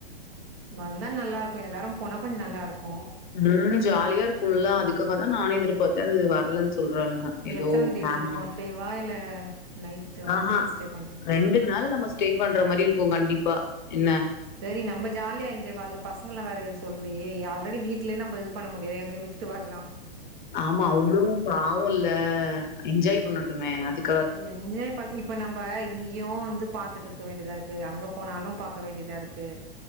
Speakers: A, on the right; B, on the left.
A: வந்தா நல்லா இருக்கு எல்லாரு போனா கொஞ்ச நல்லா இருக்கு
B: ம் ஜாலியா இருக்குல்ல அதுக்காகதா நானே எதிர்பாத்தே அது வர்லன்னு சொல்றாளுங்க ஏதோ
A: எத்தன டே
B: பிளானா
A: ட்ரிப் ஒன் டேவா இல்ல நைட்டுவா
B: ஆ
A: நைட்
B: அ
A: ஸ்டே பண்ற
B: ரெண்டு நாள் நம்ம ஸ்டே பண்ற மாரி இருக்கு கண்டிப்பா என்ன
A: சேரி நம்ம ஜாலியா என்ஜாய் வர பசங்கலா வேற இது சொல்ரியே ஆல்ரெடி வீட்ல நம்ம இது பண்ண முடியாது எங்க விட்டுட்டு வர்லா
B: ஆமா அவுங்களு பாவுல்ல என்ஜாய் பண்ணட்டுமே அதுக்
A: என்ஜாய் பன் இப் இப்ப நம்ம இங்கயு வந்து பாத்துட்டு இருக்க வேண்டியதா இருக்கு அங்க போனாலு பாக்க வேண்டியதா இருக்கு